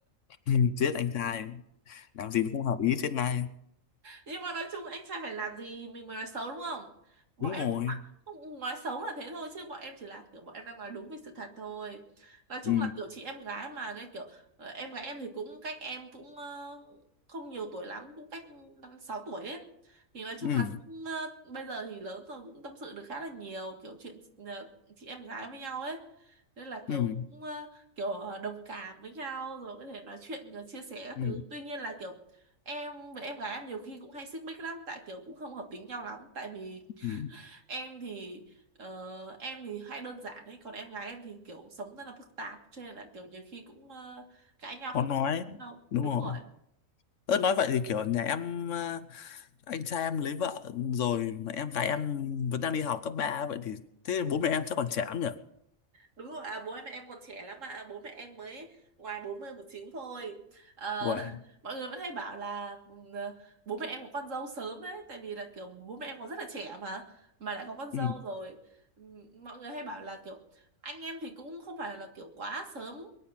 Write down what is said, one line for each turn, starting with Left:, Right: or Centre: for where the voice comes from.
Left: Ừ, chết anh trai. Làm gì nó không hợp ý chết ngay.
Right: nhưng mà nói chung anh trai phải làm gì mình mới nói xấu đúng không bọn
Left: Đúng
Right: em
Left: rồi.
Right: không phải không nói xấu là thế thôi chứ bọn em chỉ là kiểu bọn em đang nói đúng về sự thật thôi nói chung
Left: Ừ.
Right: là kiểu chị em gái mà nên kiểu ờ, em gái em thì cũng cách em cũng ờ, không nhiều tuổi lắm cũng cách năm sáu tuổi ấy thì nói chung
Left: Ừ.
Right: là cũng, ờ, bây giờ thì lớn rồi cũng tâm sự được khá là nhiều kiểu chuyện ờ, chị em gái với nhau ấy nên là kiểu
Left: Ừ.
Right: cũng ờ, kiểu ờ, đồng cảm với nhau rồi có thể nói chuyện ờ, chia sẻ các
Left: Ừ.
Right: thứ tuy nhiên là kiểu em với em gái em nhiều khi cũng hay xích mích lắm tại kiểu cũng không hợp tính nhau lắm tại vì
Left: Ừ.
Right: em thì ờ, em thì hay đơn giản đấy còn em gái em thì kiểu sống rất là phức tạp cho nên là kiểu nhiều khi cũng ờ, cãi nhau
Left: Khó
Right: không
Left: nói.
Right: ổn đâu
Left: Đúng
Right: đúng
Left: rồi.
Right: rồi
Left: Ơ nói vậy thì kiểu nhà em ờ, anh trai em lấy vợ rồi mà em gái em vẫn đang đi học cấp ba vậy thì thế bố mẹ em chắc còn trẻ lắm nhỉ?
Right: đúng rồi à bố em mẹ em còn trẻ lắm mà bố mẹ em mới ngoài 40 một chín thôi Ờ,
Left: Wow.
Right: <laughs> mọi người vẫn hay bảo là ừm, ờ, bố mẹ em có con dâu sớm đấy tại vì là kiểu bố mẹ em còn rất là trẻ mà mà lại có con dâu
Left: Ừ.
Right: rồi Ừm, mọi người hay bảo là kiểu anh em thì cũng không phải là kiểu quá sớm